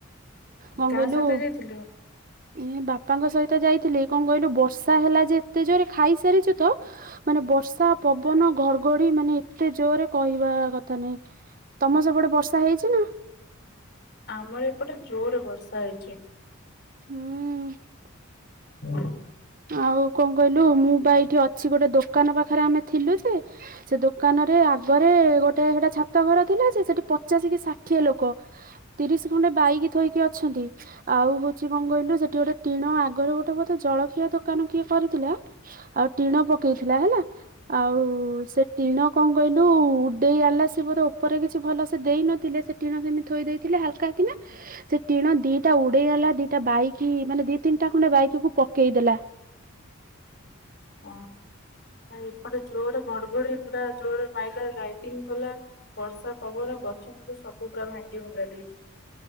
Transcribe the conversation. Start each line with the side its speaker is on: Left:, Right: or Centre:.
Right: କନ
Left: କାହା
Right: କହିଲୁ
Left: ସହିତ ଯାଇଥିଲୁ?
Right: ଏ ବାପାଙ୍କ ସହିତ ଯାଇଥିଲି। କଣ କହିଲୁ ବର୍ଷା ହେଲା ଯେ ଏତେ ଜୋରେ ଖାଇସାରିଛୁ ତ ମାନେ ବର୍ଷା ପବନ ଘଡଘଡି ମାନେ ଏତେ ଜୋରରେ କହିବା କଥା ନାହିଁ ତମ ସବୁଟେ ବର୍ଷା ହେଇଛି ନା?
Left: ଆମର ଏପଟେ ଜୋରରେ ବର୍ଷା ହେଇଛି।
Right: ହୁଁ
Left: ହଁ
Right: ଆଉ କଣ କହିଲୁ ମୁଁ ବା ଏଇଠି ଅଛି ଗୋଟେ ଦୋକାନ ପାଖରେ ଆମେ ଥିଲୁ ଯେ ସେ ଦୋକାନରେ ଆଗରେ ଗୋଟେ ସେଟା ଛାତ ଘର ଥିଲା ସେ ସେଠି ପଚାଶ କି ଷାଠିଏ ଲୋକ। ତିରିଶ ଖଣ୍ଡେ ବାଇକି ଥୋଇକି ଅଛନ୍ତି। ଆଉ ସେ କଣ କହିଲୁ ସେଠି ଗୋଟେ ଟିଣ ଆଗରୁ ଗୋଟେ ବୋଧେ ଜଳଖିଆ ଦୋକାନ କିଏ କରିଥିଲା। ଆଉ ଟିଣ ପକେଇଥିଲା ହେଲା, ଆଉ ସେ ଟିଣ କଣ କହିଲୁ ଦେଇ ଆଲା ସେ ବୋଧେ ଉପରେ କିଛି ଭଲ ସେ ଦେଇ ନଥିଲେ ସେ ଟିଣ ସେମିତି ଥୋଇ ଦେଇଥିଲେ ହାଲକା କିନା। ସେ ଟିଣ ଦିଟା ଉଡିଗଲା ଦିଟା ବାଇକ ମାନେ ଦି ତିନିଟା ଖଣ୍ଡେ ବାଇକକୁ ପ ପକେଇ ଦେଲା।
Left: ହଁ ଆଉ ଏପଟେ ଜୋରରେ ଘଡଘଡିଟା ଜୋରରେ ମାଇଲା ଲାଇଟିଙ୍ଗ କଲା ବର୍ଷା ପବନ ଗଛ ସେ ସବୁ ପୁରା ଭାଙ୍ଗି ଭୁଙ୍ଗା ଦେଇଛି।